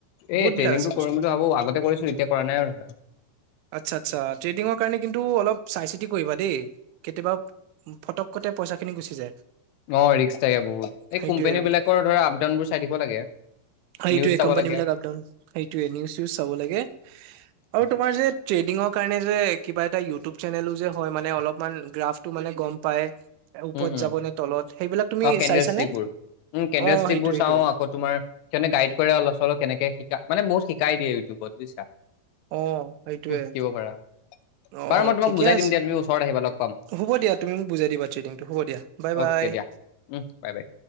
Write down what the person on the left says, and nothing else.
এই
ট্ৰেডিংটো
কৰিম বুলি ভাবো আগতে কৰিছো এতিয়া কৰা নাই আৰু ধৰা
অ ৰিক্সা থাকে বহুত এই
কোম্পেনী বিলাকৰ ধৰা আপ ডাউন বোৰ চাই থাকিব লাগে।
নিউজ
চাব
লাগে
সেইটো
উম উম
অ কেন্ডেলষ্টিক
বোৰ ও কেন্ডেল
ষ্টিক
বোৰ
চাও আকৌ তোমাৰ সিহতে গাইড কৰে অলপ চলপ কেনেকে শিকা মানে বহুত শিকাই দিয়ে ইউটিউবত বুজিছা
তুমি শিকিব পাৰা
বাৰু মই তোমাক
বুজাই
দিম দিয়া তুমি ওচৰত আহিবা লগ পাম
অ'কে
দিয়া উহ বাই বাই